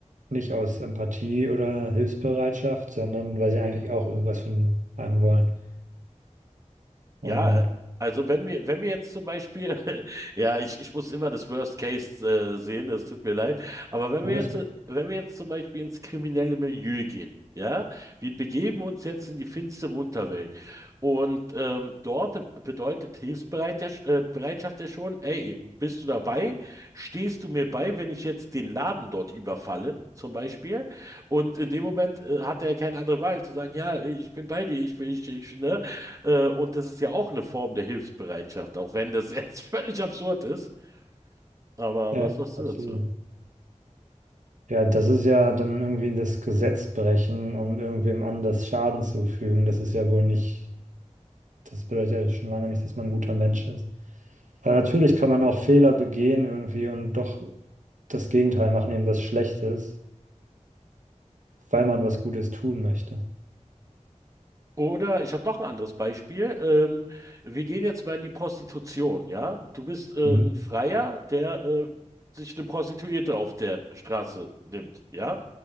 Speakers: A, on the right; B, on the right.
A: Nicht aus Empathie oder Hilfsbereitschaft, sondern weil sie eigentlich auch irgendwas von einem wollen.
B: Ja,
A: Und
B: äh, also wenn wir, wenn wir jetzt zum Beispiel, <laughs> ja, ich, ich muss immer das Worst Case äh, sehen, es tut mir leid, aber wenn
A: alles
B: wir jetzt,
A: gut.
B: äh, wenn wir jetzt zum Beispiel ins kriminelle Milieu gehen, ja, wir begeben uns jetzt in die finstere Unterwelt und ähm, dort bedeutet Hilfsbereitschaft äh, Bereitschaft ja schon, ey, bist du dabei? Stehst du mir bei, wenn ich jetzt den Laden dort überfalle? Zum Beispiel. Und in dem Moment äh, hat er keine andere Wahl zu sagen, ja, ich bin bei dir, ich bin, ich, ich, ne? Äh, und das ist ja auch eine Form der Hilfsbereitschaft, auch wenn das jetzt <laughs> völlig absurd ist. Aber
A: Ja,
B: was sagst
A: absolut.
B: du dazu?
A: Ja, das ist ja dann irgendwie das Gesetz brechen und irgendwem anders Schaden zufügen. Das ist ja wohl nicht, das bedeutet ja schon lange nicht, dass man ein guter Mensch ist. Aber natürlich kann man auch Fehler begehen irgendwie und doch das Gegenteil machen, eben was Schlechtes, weil man was Gutes tun möchte.
B: Oder ich habe noch ein anderes Beispiel. Ähm, wir gehen jetzt mal in die Prostitution, ja? Du bist äh,
A: Mhm.
B: ein Freier, der äh, sich eine Prostituierte auf der Straße nimmt, ja?